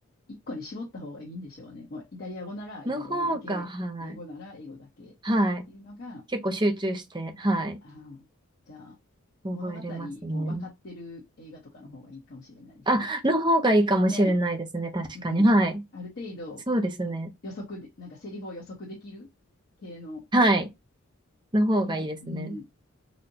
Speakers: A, on the left; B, on the right.
A: 一個に絞った方がいいんでしょうね。もうイタリア語ならイタリア語だけ、
B: い。の方が、はい。
A: 英語なら英語だけっ
B: はい。
A: ていうのが、
B: 結構集中して、はい。
A: ああ、じゃあ、
B: 覚えれますね。
A: 物語も分かってる映画とかの方がいいかもしれないですね。
B: あ、の方がいいかもしれないですね。
A: ね
B: 確かに。
A: え、うん。
B: はい。
A: ある程度
B: そうですね。
A: 予測で、なんかセリフを予測できる系の
B: はい。の方がいいですね。
A: 日本、うん。